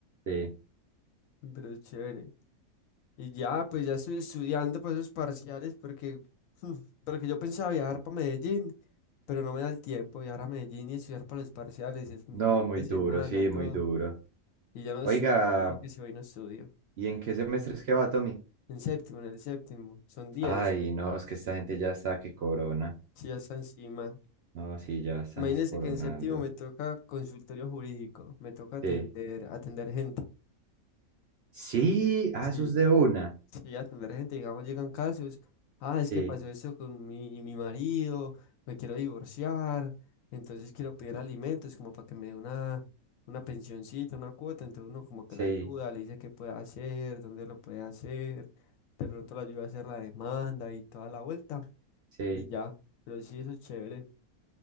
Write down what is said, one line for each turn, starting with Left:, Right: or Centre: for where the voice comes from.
Right: Sí.
Left: Pero es chévere. Y ya, pues ya estoy estudiando para esos parciales porque, mm, porque yo pensaba viajar para Medellín, pero no me da el tiempo viajar a Medellín y estudiar para los parciales el
Right: No,
Left: mismo
Right: muy
Left: fin de
Right: duro,
Left: semana,
Right: sí,
Left: todo.
Right: muy duro.
Left: Y ya no
Right: Oiga,
Left: estudio, yo sé que si hoy no estudio.
Right: ¿y en qué semestre es que va, Tommy?
Left: En séptimo, en el séptimo, son 10
Right: Ay, no, es que esta gente ya está que corona.
Left: si ya está encima.
Right: No, sí, ya están
Left: Imagínense
Right: escoronando.
Left: que en séptimo me toca consultorio jurídico, me toca atender,
Right: Sí.
Left: atender gente.
Right: Sí, ah,
Left: sí
Right: eso es de una.
Left: Y a atender gente, digamos, llegan casos, ah, es
Right: Sí,
Left: que pasó esto con mi, mi marido, me quiero divorciar, entonces quiero pedir alimentos como para que me dé una, una pensioncita, una cuota, entonces uno como que
Right: sí,
Left: la ayuda, le dice qué puede hacer, dónde lo puede hacer, de pronto lo ayuda a hacer la demanda y toda la vuelta,
Right: sí.
Left: y ya, pero sí, eso es chévere.